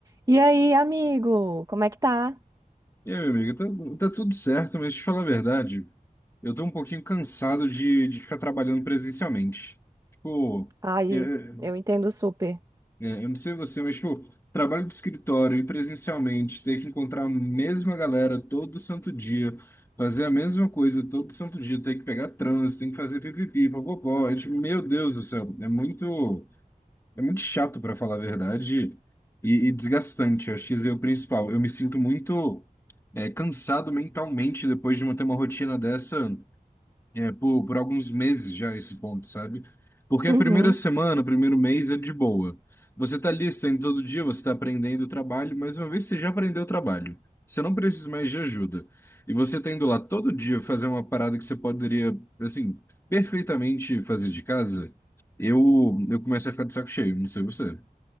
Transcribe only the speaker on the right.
E aí, amigo, como é que tá?
Ai,
eu entendo super.
Uhum.